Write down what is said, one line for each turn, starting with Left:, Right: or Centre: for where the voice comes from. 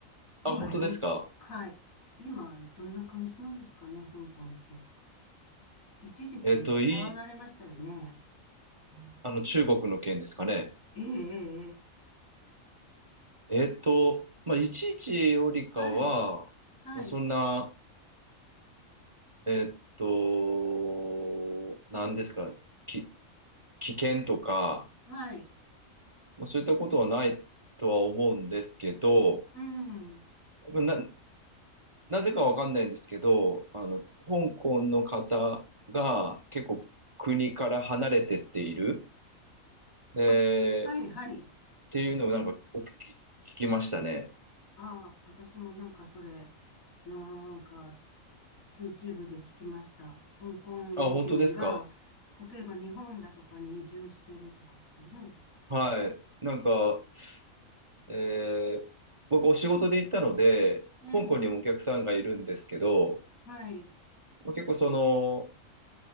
Left: 今、
Right: あ、本当ですか
Left: どん、はい。今、どんな感じなんですかね、香港って。一時期騒がれましたよね。
Right: えっと、いい、
Left: うん
Right: あの、中国の件ですかね。
Left: ええ、ええ、ええ
Right: えっと、まあ、いちいちよりかは、
Left: はい、はい、
Right: まあ、そんな、えっと、なんですか、き、危険とか、
Left: はい、
Right: まあ、そういったことはないとは思うんですけど、
Left: うん。
Right: な、なぜかわかんないんですけど、あの、香港の方が結構国から離れてっている。で、
Left: あ、はい、
Right: っ
Left: はい。
Right: ていうのをなんかお聞き、聞きましたね。
Left: ああ、私もなんかそれ、なんか、YouTube で聞きました。香港人が、
Right: あ、本当ですか
Left: 例えば日本だとかに移住してるとかってね。
Right: はい。なんか、えー僕お仕事で行ったので、
Left: ええ、
Right: 香港にもお客さんがいるんですけど、
Left: はい、
Right: まあ結構その、